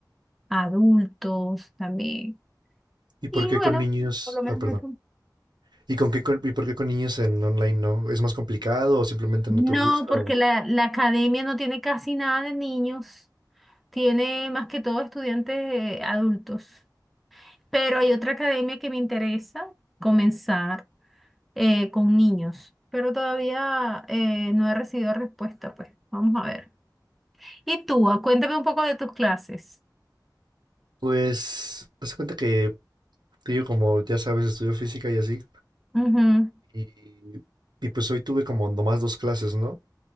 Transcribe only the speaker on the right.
¿Y por
qué
con niños?
Ah, perdón.
¿Y con qué con- y por qué con niños en online no? ¿Es más complicado o simplemente
no te gusta?
O...
Pues, haz de cuenta que, que yo como ya sabes, estudio física y así.
Y, y pues hoy tuve como nomás dos clases, ¿no?